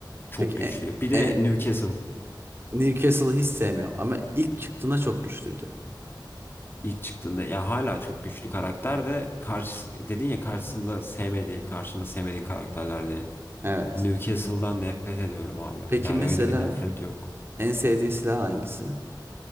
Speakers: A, on the left (about 30°); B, on the right (about 30°).
A: Çok
B: Peki
A: güçlü.
B: en,
A: Bir de
B: en-
A: Newcastle
B: Newcastle'ı hiç sevmiyorum ama ilk çıktığında çok güçlüydü.
A: ilk çıktığında ya hala çok güçlü karakter de karşı dedin ya karşısında sevmediğin, karşında sevmediğin karakterler diye.
B: Evet.
A: Newcastle'dan nefret ediyorum abi.
B: Peki
A: Yani
B: mesela
A: öyle bir nefret yok.
B: en sevdiğin silah hangisi?